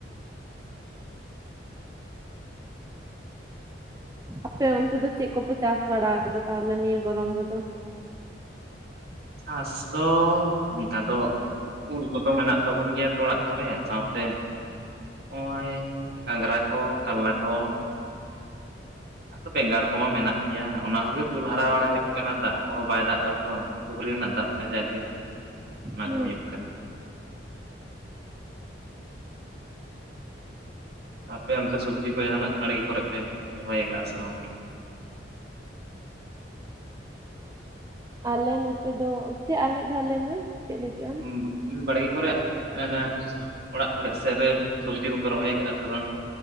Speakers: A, on the right; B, on the right.
A: ᱟᱯᱮ ᱚᱱᱛᱮ ᱫᱚ ᱪᱮᱫ ᱠᱚᱯᱮ ᱪᱟᱥ ᱵᱟᱲᱟ ᱟᱠᱟᱫᱟ ᱛᱟᱦᱞᱮ ᱱᱤᱭᱟᱹ ᱜᱚᱨᱚᱢ ᱨᱮᱫᱚ?
B: ᱪᱟᱥ ᱫᱚ ᱚᱱᱠᱟ ᱫᱚ ᱩᱞ ᱠᱚᱫᱚ ᱢᱮᱱᱟᱜ ᱛᱟᱵᱚᱱ ᱜᱮᱭᱟ ᱛᱚ ᱚᱲᱟᱜ ᱠᱚᱨᱮ ᱥᱟᱶᱛᱮ ᱱᱚᱜᱼᱚᱭ ᱜᱷᱟᱝᱜᱨᱟ ᱠᱚ, ᱠᱟᱞᱞᱟ ᱠᱚ,
A: <inaudible>
B: ᱟᱨ ᱵᱮᱸᱜᱟᱲ ᱠᱚᱢᱟ ᱢᱮᱱᱟᱜ ᱜᱮᱭᱟ ᱚᱱᱟ ᱠᱚᱜᱮ ᱫᱩᱞ ᱦᱟᱨᱟ ᱵᱟᱲᱟ ᱦᱩᱭᱩᱜ ᱠᱟᱱᱟ ᱫᱟᱜ ᱠᱚᱦᱚᱸ ᱵᱟᱭ ᱫᱟᱜ ᱫᱟᱛᱚ ᱯᱩᱠᱷᱨᱤ ᱨᱮᱱᱟᱜ ᱫᱟᱜ ᱛᱮ ᱡᱟ ᱜᱮ ᱚᱱᱟ
A: ᱦᱩᱸ
B: ᱠᱚ ᱦᱩᱭᱩᱜ ᱠᱟᱱᱟ᱾ ᱟᱯᱮ ᱚᱱᱛᱮ ᱥᱚᱵᱽᱡᱤ ᱠᱚ ᱡᱟᱦᱟᱱᱟᱜ ᱟᱲᱜᱮ ᱠᱚᱨᱮ ᱯᱮ ᱨᱚᱦᱚᱭ ᱟᱠᱟᱫᱼᱟ ᱥᱮ ᱜᱟᱝ?
A: ᱟᱞᱮ ᱱᱚᱛᱮ ᱫᱚ, ᱪᱮᱫ ᱟᱨ ᱢᱤᱫ ᱫᱷᱟᱣ ᱞᱮᱟᱹᱭ ᱢᱮ? ᱪᱮᱫ ᱞᱟᱹᱭ ᱠᱮᱜ ᱟᱢ
B: ᱦᱩᱸ, ᱵᱟᱲᱜᱮ ᱠᱚᱨᱮᱜ ᱮ ᱚᱲᱟᱜ ᱠᱚᱨᱮ ᱥᱮᱫ ᱨᱮ ᱥᱚᱵᱽᱡᱤ ᱠᱚᱯᱮ ᱨᱚᱦᱚᱭ ᱟᱠᱟᱟᱜᱼᱟ ᱥᱮ ᱵᱟᱝ?